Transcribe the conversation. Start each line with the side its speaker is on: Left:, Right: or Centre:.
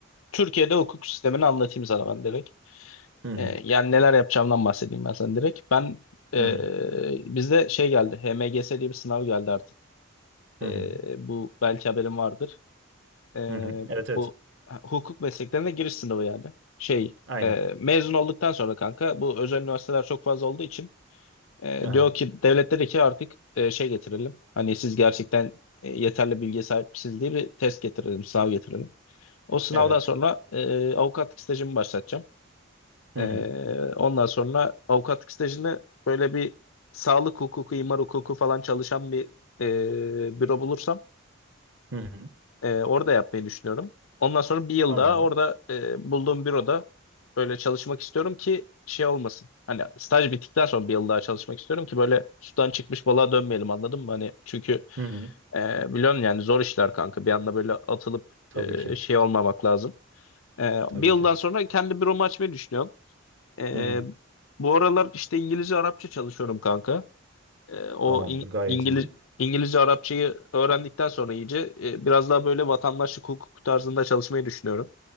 Left: Türkiye'de hukuk sistemini anlatayım sana ben direkt.
Right: Hı hı.
Left: E, yani neler yapacağımdan bahsedeyim ben sana direkt. Ben e,
Right: Hı hı.
Left: bizde şey geldi. HMGS diye bir sınav geldi artık.
Right: Hı
Left: E,
Right: hı.
Left: bu belki haberin vardır. E,
Right: Hı hı. Evet evet.
Left: bu ha, hukuk mesleklerine giriş sınavı yani. Şey
Right: Aynen.
Left: e, mezun olduktan sonra kanka bu özel üniversiteler çok fazla olduğu için e,
Right: Aha.
Left: diyor ki devlet dedi ki artık e, şey getirelim. Hani siz gerçekten e, yeterli bilgiye sahipsiniz diye bir test getirelim, sınav getirelim. O sınavdan
Right: Evet.
Left: sonra e, avukatlık stajımı başlatacağım.
Right: Hı
Left: Ee,
Right: hı.
Left: ondan sonra avukatlık stajını böyle bir sağlık hukuku, imar hukuku falan çalışan bir e, büro bulursam
Right: Hı hı.
Left: e, orada yapmayı düşünüyorum. Ondan sonra bir yıl
Right: Tamamdır.
Left: daha orada e, bulduğum büroda böyle çalışmak istiyorum ki şey olmasın. Hani staj bittikten sonra bir yıl daha çalışmak istiyorum ki böyle sudan çıkmış balığa dönmeyelim anladın mı? Hani çünkü
Right: Hı hı.
Left: e, biliyorsun yani zor işler kanka. Bir anda böyle atılıp
Right: Tabii
Left: e,
Right: ki.
Left: şey olmamak lazım. E,
Right: Tabii
Left: bir yıldan
Right: ki.
Left: sonra kendi büromu açmayı düşünüyorum. Ee,
Right: Hı hı.
Left: bu aralar işte İngilizce Arapça çalışıyorum kanka. Ee, o
Right: Tamamdır.
Left: İng-
Right: Gayet
Left: İngiliz
Right: iyi.
Left: İngilizce Arapçayı öğrendikten sonra iyice e, biraz daha böyle vatandaşlık hukuku tarzında çalışmayı düşünüyorum.